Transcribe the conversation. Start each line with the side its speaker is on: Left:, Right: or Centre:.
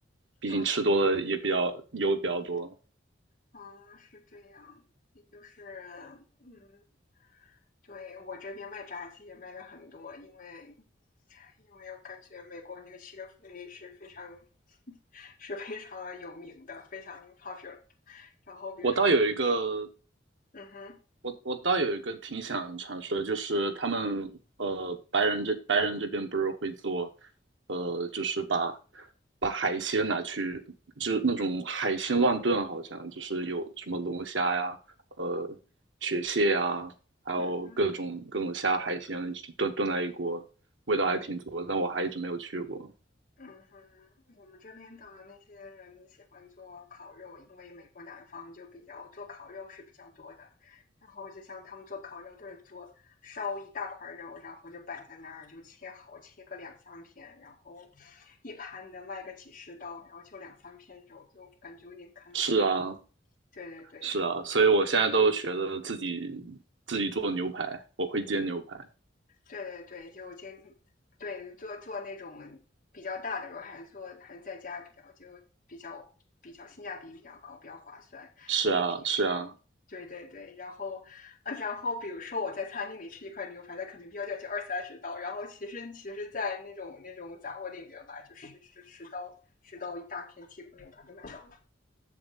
Right: 毕竟吃多了也比较油比较多。
Left: 嗯嗯，是这样，也就是嗯，对我这边卖炸鸡也卖的很多，因为因为我感觉美国那个 Chick-fil-A 是非常 <laughs> 是非常有名的，非常 popular。然后比如说，
Right: 我倒有一个
Left: 嗯哼，
Right: 我我倒有一个挺想尝试的，就是他们呃白人这白人这边不是会做，呃就是把把海鲜拿去，就是那种海鲜乱炖，好像就是有什么龙虾呀、呃雪蟹呀，还有各种各种虾海鲜一起炖炖在一锅，
Left: 嗯哼。
Right: 味道还挺足的，但我还一直没有去过。
Left: 嗯哼，我们这边的那些人喜欢做烤肉，因为美国南方就比较做烤肉是比较多的。然后就像他们做烤肉都是做烧一大块肉，然后就摆在那儿，就切好，切个两三片，然后一盘能卖个几十刀，然后就两三片肉，就感觉有点坑。
Right: 是啊，
Left: 所以，对对对，
Right: 是啊，所以我现在都学的自己自己做牛排，我会煎牛排。
Left: 对对对，就接对做做那种比较大的时候，还是做还是在家比较就比较比较性价比比较高，比较划算，
Right: 是啊，
Left: 因为平时。
Right: 是啊，
Left: 对对对，然后，啊，然后比如说我在餐厅里吃一块牛排，它可能标价就二三十刀，然后其实其实，在那种那种杂货店里面吧，就十十十刀十刀一大片剔骨牛排就买到了。